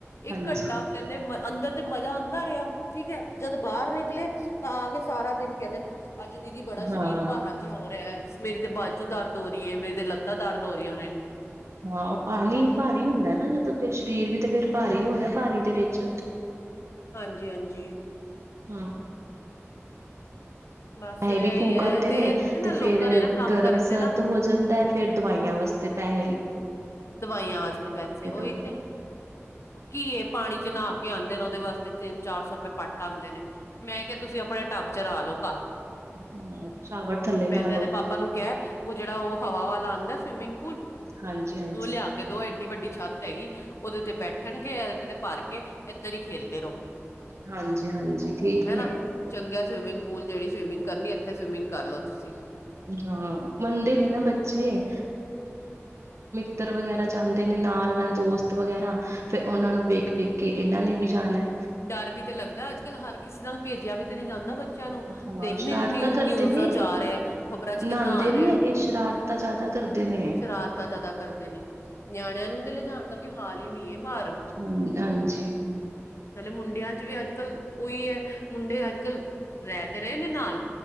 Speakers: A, on the left; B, on the right.
A: ਇੱਕ
B: ਹਾਂਜੀ
A: ਘੰਟਾ ਕਹਿੰਦੇ ਅੰਦਰ ਤੇ ਮਜ਼ਾ ਆਉਂਦਾ ਰਿਹਾ, ਠੀਕ ਹੈ ਜਦੋਂ ਬਾਹਰ ਨਿਕਲੇ ਤਾਂ, ਆ ਕੇ ਸਾਰਾ ਦਿਨ ਕਹਿੰਦੇ ਅੱਜ ਦੀਦੀ, ਬੜਾ
B: ਹਾਂ
A: ਸਰੀਰ ਭਾਰਾ ਜਿਹਾ ਹੋ ਰਿਹਾ ਹੈ, ਮੇਰੀ ਤੇ ਬਾਜੂ ਦਰ ਤੋਂ ਰੀਏ ਮੇਰੀ ਤੇ ਲੱਤਾਂ, ਦਰਦ ਹੋ ਰੀਹੀਆਂ ਨੇ।
B: ਹਾਂ, ਪਾਣੀ ਭਾਰੀ ਹੁੰਦਾ ਨਾ, ਜਦੋਂ ਫਿਰ ਸਰੀਰ ਵੀ ਤਾਂ ਫਿਰ ਭਾਰੀ ਹੋਣਾ ਪਾਣੀ ਦੇ ਵਿੱਚ।
A: ਹਾਂਜੀ--ਹਾਂਜੀ।
B: ਹਾਂ
A: ਬਸ
B: ਪੈਸੇ,
A: ਇਹੀ
B: ਵੀ ਫੂਕ
A: ਹੈ
B: ਆਉਂਦੇ ਨੇ,
A: ਇਥੇ ਨਾ
B: ਤੇ
A: ਲੋਕਾਂ
B: ਫੇਰ
A: ਨੇ ਨਾ ਕੰਮ
B: ਗਰਮ
A: ਕਰਨ
B: ਸਰਦ
A: ਦੇ ਨਾ
B: ਹੋ ਜਾਂਦਾ ਹੈ, ਫੇਰ ਦਵਾਈਆਂ ਵਾਸਤੇ ਪਹਿਲ
A: ਦਵਾਈਆਂ ਵਾਸਤੇ ਪੈਸੇ, ਓਹੀ
B: ਦਵੋ
A: ਤੇ ਘੀਏ ਪਾਣੀ ਚ ਨਾ ਆਉਂਦੇ ਨੇ, ਉਹਦੇ ਵਾਸਤੇ ਤਿੰਨ ਚਾਰ ਸੌ ਰੁਪਏ ਪੱਟ ਆਉਂਦੇ ਨੇ, ਮੈਂ ਕਿਹਾ ਤੁਸੀਂ ਆਪਣਾ ਟਾਬਾ ਚਲਾ ਲਉ।
B: ਹਾਂ ਸ਼ਾਵਰ ਥੱਲੇ
A: ਮੈਂ
B: ਨਾ
A: ਤੇ,
B: ਲੋ
A: ਇਹਦੇ ਪਾਪਾ ਨੂੰ ਕਿਹਾ, ਉਹ ਜਿਹੜਾ ਉਹ ਹਵਾ, ਵਾਲਾ ਅਉਂਦਾ ਸਵਿਮਿੰਗ ਪੂਲ।
B: ਹਾਂਜੀ ਹਾਂਜੀ
A: ਉਹ ਲਿਆ ਕੇ ਦੋ, ਐਡੀ ਵੱਡੀ ਛੱਤ ਹੈਗੀ, ਉਹਦੇ ਤੇ ਬੈਠਣਗੇ ਇਹਦੇ ਤੇ ਭਰ ਕੇ। ਇੱਧਰ ਹੀ, ਖੇਲਦੇ ਰਹੋ
B: ਹਾਂਜੀ ਹਾਂਜੀ ਠੀਕ
A: ਹਨਾ,
B: ਨੇ
A: ਚੰਗਾ ਸਵਿਮਿੰਗ ਪੂਲ ਜਿਹੜੀ ਸਵਮਿਗ ਕਰਨੀ, ਇਥੇ ਸਵਿਮਿੰਗ ਲੋ ਤੁਸੀਂ।
B: ਹਾਂ ਮੰਨਦੇ ਨੀ ਨਾ ਬੱਚੇ ਪੁੱਤਰ ਵਗੈਰਾ ਜਾਂਦੇ ਨੇ ਨਾਲ ਨਾਲ ਦੋਸਤ ਵਗੈਰਾ, ਫੇਰ ਉਹਨਾਂ ਨੂੰ ਵੇਖ ਵੇਖ ਕੇ ਇਹਨਾਂ ਨੇ ਵੀ ਜਾਣਾ।
A: ਡਰ ਵੀ ਤੇ ਲੱਗਦਾ, ਅੱਜ ਕੱਲ੍ਹ ਹਰ ਕਿਸੇ ਨਾਲ ਭੇਜਿਆ ਵੀ ਤੇ ਨਹੀਂ ਜਾਂਦਾ। ਚਲੋ,
B: ਹਾਂ
A: ਦੇਖ ਦੀ
B: ਸ਼ਰਾਰਤਾਂ
A: ਰਹਿਣੀ ਨੇ
B: ਕਰਦੇ
A: ਨਨਿਊਜਾਂ, ਚ ਆ ਰਿਹਾ ਖ਼ਬਰਾਂ ਚ ਕਿੰਨਾ,
B: ਨਹਾਂਦੇ
A: ਆ
B: ਨੀ
A: ਰਿਹਾ।
B: ਹੈਗੇ ਸ਼ਰਾਰਤਾਂ ਜ਼ਿਆਦਾ ਕਰਦੇ ਨੇ
A: ਸ਼ਰਾਰਤਾਂ ਜ਼ਿਆਦਾ ਕਰਦੇ ਨੇ, ਨਿਆਣਿਆਂ ਨੂੰ ਤੇ ਲਿਜਾਣ ਦਾ ਕੋਈ ਹਾਲ ਕਿੰਨੀ ਏ ਬਾਹਰ
B: ਹਾਂ ਹਾਂਜੀ
A: ਪਹਿਲੇ ਮੁੰਡਿਆਂ ਚ ਵੀ ਅੱਜ। ਅੱਜ ਕੱਲ ਉਹੀ ਹੈ ਮੁੰਡੇ, ਅੱਜ ਕੱਲ੍ਹ ਰਹਿ ਤੇ ਰਹੇ ਨੇ ਨਾਲ